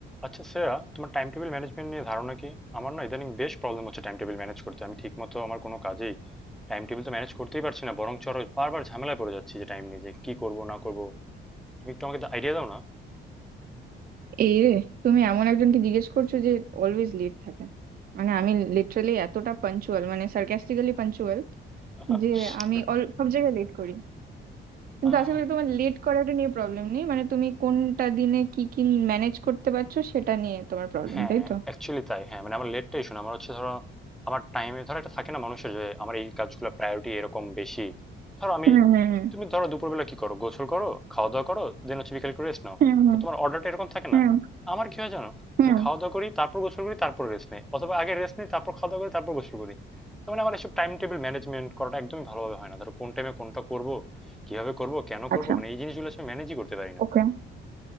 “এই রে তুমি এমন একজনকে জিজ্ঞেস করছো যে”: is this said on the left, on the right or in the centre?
Right